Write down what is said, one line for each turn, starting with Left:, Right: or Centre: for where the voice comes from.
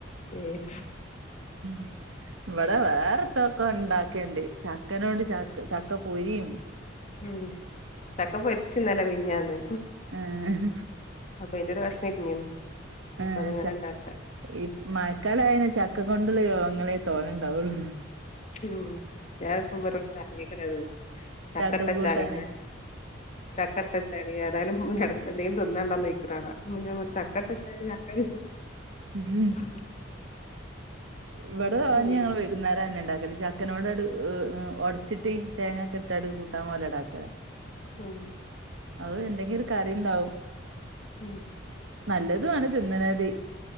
Left: ഏ
Right: ഉം ഇവിടെ വേറെത്തൊക്കെ ഉണ്ടാക്കേണ്ട് ചക്കനോട് ച ചക്ക പൊരിയും
Left: ഉം ചക്ക പൊരിച്ചു ഇന്നലെ മിനിഞ്ഞാന്ന്.
Right: ഏഹ്
Left: അപ്പൊ അയിന്റെ ഒരു കഷ്ണം എര്ഞ്ഞിന്ന്
Right: ഏഹ്
Left: അപ്പൊ അത് ഇങ്ങനെ
Right: ച
Left: ഇണ്ടാക്കാ
Right: ഈ മഴക്കാലായാ ചക്ക കൊണ്ടുള്ള വിഭവങ്ങളെ തോനെ ഉണ്ടാവുള്ളു.
Left: ഉം ഞാനപ്പ അവരോട് പറഞ്ഞിക്ക്ണത്. ചക്കട്ടച്ചാല്
Right: ചക്ക കൂട്ടാന്
Left: ചക്കട്ടച്ചാ ഏതായാലും ഇടക്ക് എന്തെലും തിന്നണ്ടോന്ന് ചോയ്ക്ണ കാണാ ചക്കട്ടെച്ചാലും ചക്കര
Right: ഉം
Left: ഉം
Right: ഇവിടെ
Left: ഉം
Right: ഞങ്ങൾ വൈകുന്നേരം തന്നെ ഉണ്ടാക്കല് ചക്കനോട് അടു ഒട ചിട്ട് തേങ്ങൊക്കെ ഇട്ടാട് കൂട്ടാൻ പോലെട് ആക്കല
Left: ആന്ന്
Right: അതും എന്തെങ്കിലും ഒരു കറി ഉണ്ടാവും
Left: ഉം
Right: നല്ലതു ആണ് തിന്നണത്.